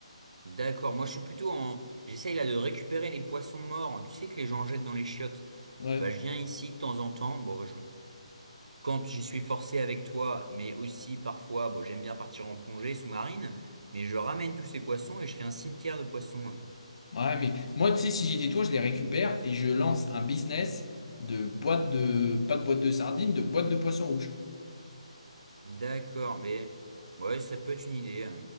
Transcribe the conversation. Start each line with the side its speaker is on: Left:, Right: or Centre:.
Right: D'accord, moi je suis plutôt en... J'essaye là de récupérer les poissons morts, tu sais que les gens jettent dans les chiottes.
Left: Ouais,
Right: Bah je viens ici de temps en temps, bon bah, je... quand j'y suis forcé avec toi, mais aussi parfois, bon j'aime bien partir en plongée sous-marine, mais je ramène tous ces poissons et je fais un cimetière de poissons.
Left: ouais, mais moi, tu sais, si j'étais toi, je les récupère et je lance un business de boîte de, pas de boîte de sardines, de boîte de poisson rouge.
Right: D'accord, mais ouais ça peut être une idée.